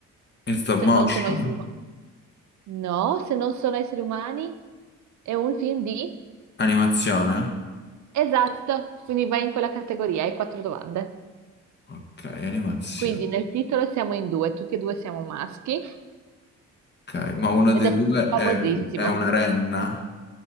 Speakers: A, on the left; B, on the right.
A: In stop
B: se
A: motion?
B: non sono esseri umani. No, se non sono esseri umani, è un film di...
A: Animazione?
B: Esatto, quindi vai in quella categoria, hai quattro domande.
A: Ok, animazione.
B: Quindi nel titolo siamo in due, tutti e due siamo maschi
A: Ok, ma uno
B: ed
A: dei
B: è
A: due
B: famosissimo.
A: è, un- è una renna.